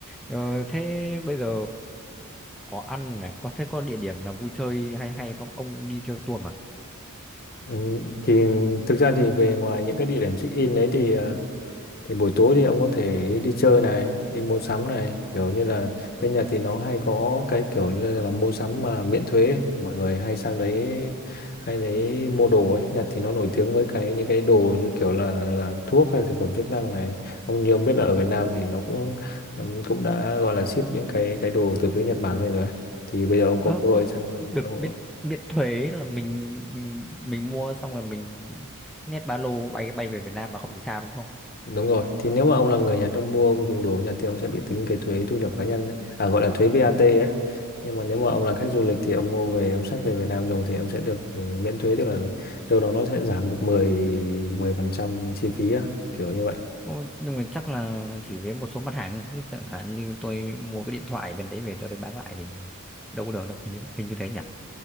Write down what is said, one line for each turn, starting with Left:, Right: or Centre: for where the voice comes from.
Centre: Ờ, thế bây giờ có ăn này, có thế có địa điểm nào vui chơi hay hay không? Ông đi theo tour mà.
Left: ừ. thì thực ra thì về ngoài những cái địa điểm check in đấy thì ờ, thì buổi tối thì ông có thể đi chơi này đi mua sắm này kiểu như là bên Nhật thì nó hay có cái kiểu như là, là mua sắm mà miễn thuế ấy. mọi người hay sang đấy hay đấy mua đồ ấy Nhật thì nó nổi tiếng với cái những cái đồ như kiểu là là thuốc hay là thực phẩm chức năng này ông như ông biết là ở Việt Nam thì nó cũng ừm, cũng đã gọi là ship những cái cái đồ từ phía Nhật Bản về rồi ấy. thì bây giờ ông có
Centre: Ờ,
Left: cơ hội
Centre: ô,
Left: sang
Centre: được
Left: ông
Centre: miễn miễn thuế là mình mình mua xong là mình nhét ba lô bay bay về Việt Nam là không bị sao đúng không?
Left: Đúng rồi, thì nếu mà ông là người Nhật, ông mua, ông dùng đồ ở Nhật thì ông sẽ bị tính cái thuế thu nhập cá nhân đấy, à, gọi là thuế VAT ấy. Nhưng mà nếu mà ông là khách du lịch thì ông mua về, ông xách về Việt Nam dùng thì ông sẽ được ừ, miễn thuế, tức là đâu đó nó sẽ giảm được mười mười phần trăm chi phí á, kiểu như vậy.
Centre: Ô, nhưng mà chắc là chỉ với một số mặt hàng thôi, chứ chẳng hạn như tôi mua cái điện thoại bên đấy về tôi bán lại thì đâu có được đâu hình như hình như thế nhỉ?